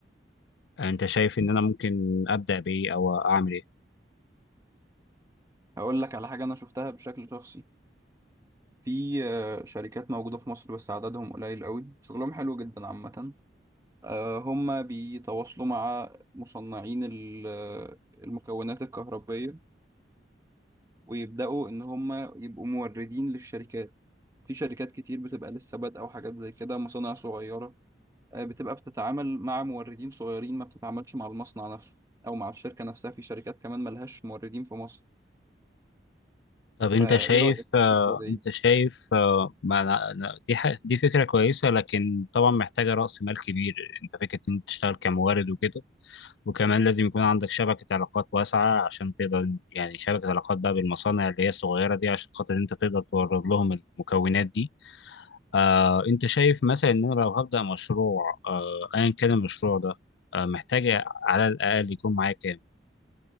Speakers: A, on the left; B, on the right.
A: انت شايف ان انا ممكن ابدا بايه او اعمل ايه
B: هقول لك على حاجة انا شفتها بشكل شخصي في آه، شركات موجودة في مصر بس عددهم قليل قوي شغلهم حلو جدا عامة آه، هم بيتواصلوا مع مصنعين ال- آه، المكونات الكهربية ويبدأوا ان هم يبقوا موردين للشركات في شركات كتير بتبقى لسه بادئة وحاجات زي كده مصانع صغيرة آه، بتبقى بتتعامل مع موردين صغيرين ما بتتعاملش مع المصنع نفسه او مع الشركه نفسها في شركات كمان ملهاش موردين في مصر
A: طب انت
B: فايه
A: شايف
B: رايك في
A: آه،
B: فكره زي
A: انت
B: دي
A: شايف آه، ما أنا- أنا- دي ح- دي فكره كويسه لكن طبعا محتاجه راس مال كبير انت فكره ان انت تشتغل كمورد وكده وكمان لازم يكون عندك شبكة علاقات واسعة عشان تقدر يعني شبكة علاقات بقى بالمصانع اللي هي الصغيرة دي عشان خاطر انت تقدر تورد لهم المكونات دي آه، انت شايف مثلا ان انا لو هبدا مشروع آه، ايا كان المشروع ده آه، محتاج على الاقل يكون معايا كام